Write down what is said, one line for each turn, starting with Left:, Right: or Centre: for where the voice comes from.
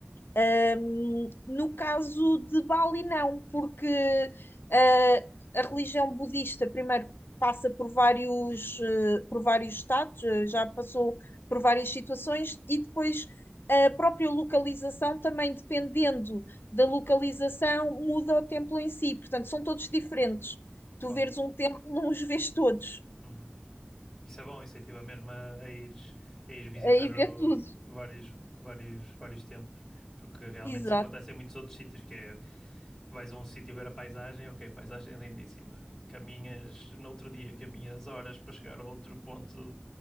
Left: Um, no caso de Bali, não, porque uh, a religião budista primeiro passa por vários, uh, por vários estados, uh, já passou por várias situações, e depois a própria localização também, dependendo da localização, muda o templo em si. Portanto, são todos diferentes. Tu
Centre: Uau.
Left: veres um templo, não os vês todos.
Centre: Uhum. Isso é bom, isso incentiva mesmo a, a ires, a ires visitar
Left: Aí
Centre: o-
Left: vê tudo.
Centre: vários, vários, vários templos, porque realmente
Left: Exato.
Centre: isso acontece em muitos outros sítios, que é, vais a um sítio ver a paisagem, ok, paisagem é lindíssima, caminhas, no outro dia caminhas horas para chegar a outro ponto